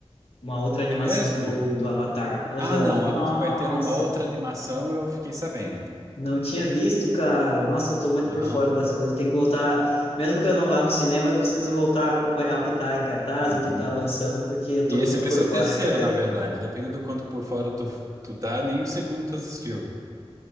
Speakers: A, on the left; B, on the right.
A: uma outra animação
B: É mesmo?
A: do, do Avatar. Aham,
B: Ah, não. Aqui
A: Nossa,
B: vai ter uma outra animação, eu fiquei sabendo.
A: não tinha visto, cara. Nossa, eu tô muito
B: Aham.
A: por fora das coisas, tem que voltar, mesmo que eu não vá no cinema, eu preciso voltar a acompanhar o que tá em cartaz,
B: Uhum.
A: o que tá lançando, porque eu tô
B: E esse
A: muito
B: vai
A: por
B: ser o
A: fora.
B: terceiro,
A: <laughs>
B: na verdade. Dependendo do quanto por fora tu, tu tá, nem o segundo tu assistiu.